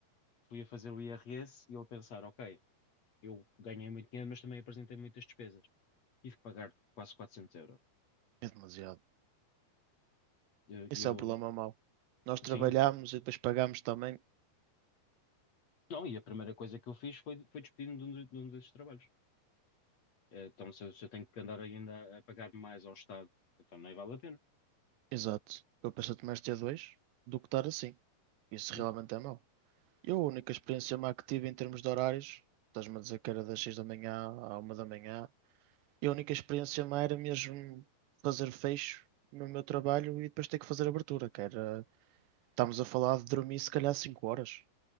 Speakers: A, on the left; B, on the right.
A: fui a fazer o IRS e eu a pensar, ok, eu ganhei muito dinheiro, mas também apresentei muitas despesas. Tive que pagar quase 400 euros.
B: É demasiado.
A: E eu, eu-
B: Isso é o problema mau. Nós trabalhámos
A: sim,
B: e depois pagámos também.
A: não, e a primeira coisa que eu fiz foi, foi despedir-me de um, de- de um desses trabalhos. Eh, Então, se eu, se eu tenho que andar ainda a, a pagar mais ao Estado, então nem vale a pena.
B: Exato. Eu pensei mais ter dois do que estar assim. Isso
A: Yeah,
B: realmente é mau. Eu, a única experiência má que tive em termos de horários, estás-me a dizer que era das 6 da manhã à uma da manhã, e a única experiência má era mesmo fazer fecho no meu trabalho e depois ter que fazer abertura, que era. Estamos a falar de dormir se calhar 5 horas.